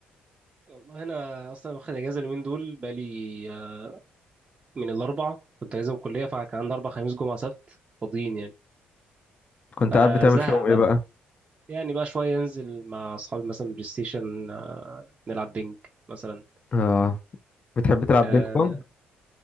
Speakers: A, on the right; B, on the left.
A: والله انا اصلا واخد اجازه اليومين دول بقالي آه، من الاربع كنت اجازه من الكليه فكان عندي اربع خميس جمعه سبت فاضيين يعني
B: كنت
A: فزهق
B: قاعد بتعمل فيهم
A: بقى
B: ايه بقى؟
A: يعني بقى شويه انزل مع اصحابي مثلا بلاي ستيشن آه، نلعب بينج مثلا
B: اه بتحب تلعب
A: اه
B: بينج بونج؟